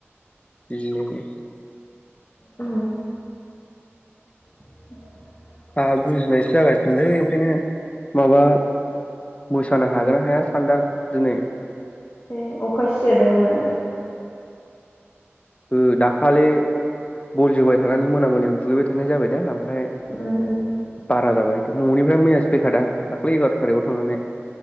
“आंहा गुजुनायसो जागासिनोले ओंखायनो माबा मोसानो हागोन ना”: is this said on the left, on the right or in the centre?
Left